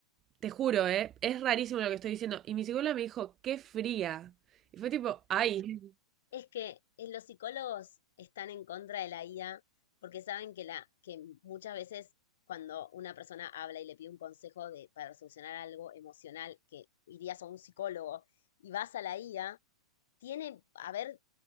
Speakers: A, on the right; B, on the left.
A: Te juro, ¿eh? Es rarísimo lo que estoy diciendo. Y mi psicóloga me dijo, qué fría. Y fue tipo, ay,
B: Es que eh, los psicólogos están en contra de la IA porque saben que, la, que muchas veces cuando una persona habla y le pide un consejo de, para solucionar algo emocional, que irías a un psicólogo y vas a la IA, tiene, a ver,